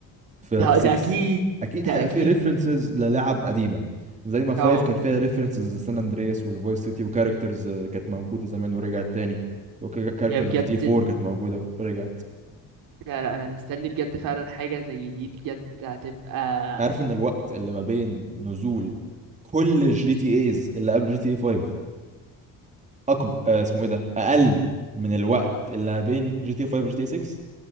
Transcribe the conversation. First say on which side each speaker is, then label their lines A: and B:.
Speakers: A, on the right (about 20°); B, on the right (about 65°).
A: في
B: ده
A: في 6
B: ده اكيد
A: اكيد
B: ده
A: هيبقى
B: اكيد
A: فيه ريفرنسز للاعب قديمه زي ما 5
B: اه
A: كان فيها ريفرنسز لسان اندرياس والفويس سيتي وكاركترز كانت موجوده زمان ورجعت تاني وكاركترز
B: يا بجد
A: جي تي 4 كانت موجوده ورجعت
B: لا لا انا مستني بجد فعلا حاجة زي دي بجد هتبقى
A: عارف ان الوقت اللي ما بين نزول كل الجي تي ايز اللي قبل جي تي اي 5 اكبر اسمه ايه ده اقل من الوقت اللي ما بين جي تي اي 5 وجي تي اي 6